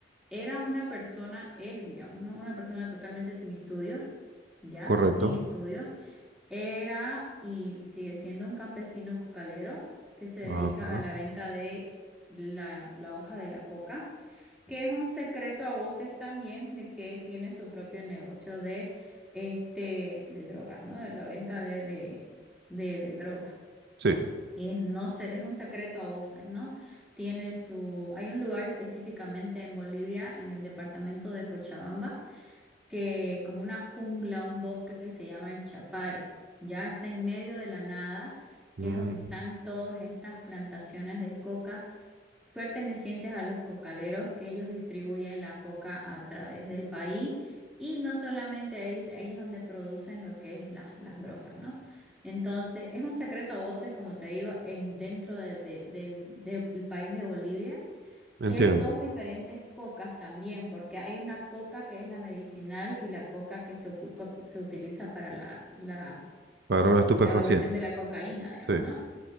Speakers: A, in the centre; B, on the right (about 60°).
A: era una persona, es, digamos, ¿no? Una persona totalmente sin estudios, ya,
B: correcto,
A: sin estudios. Era y sigue siendo un campesino cocalero que se dedica
B: ajá,
A: a la venta de la, la hoja de la coca, que es un secreto a voces también de que él tiene su propio negocio de, este, de drogas, ¿no? De la venta de, de, de, de drogas.
B: sí,
A: Y Es, no sé, es un secreto a voces, ¿no? Tiene su, hay un lugar específicamente en Bolivia, en el departamento de Cochabamba, que como una jungla, un bosque que se llama el Chapare, ya está en medio de la nada,
B: mm,
A: que es donde están todas estas plantaciones de coca pertenecientes a los cocaleros que ellos distribuyen la coca a través del país y no solamente ahí, es ahí es donde producen lo que es las, las drogas, ¿no? Entonces, es un secreto a voces, como te digo, en, dentro de- de- del, del país de Bolivia.
B: entiendo,
A: Y hay dos diferentes cocas también, porque hay una coca que es la medicinal y la coca que se, ocupa- se utiliza para la, la
B: para los estupefacientes,
A: elaboración de la cocaína, digamos,
B: sí,
A: ¿no?